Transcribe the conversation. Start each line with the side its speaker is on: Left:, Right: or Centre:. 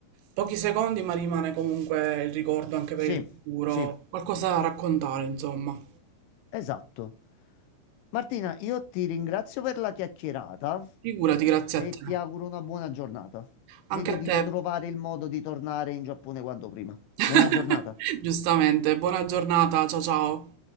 Right: pochi secondi, ma rimane comunque il ricordo anche
Left: Sì,
Right: per il futuro,
Left: sì,
Right: qualcosa da raccontare, insomma.
Left: esatto. Martina, io ti ringrazio per la chiacchierata
Right: Figurati, grazie
Left: e
Right: a te.
Left: ti auguro una buona giornata. Vedo
Right: Anche a
Left: di
Right: te.
Left: trovare il modo di tornare in Giappone quanto prima.
Right: <laughs>
Left: Buona giornata.
Right: Giustamente, buona giornata, ciao ciao.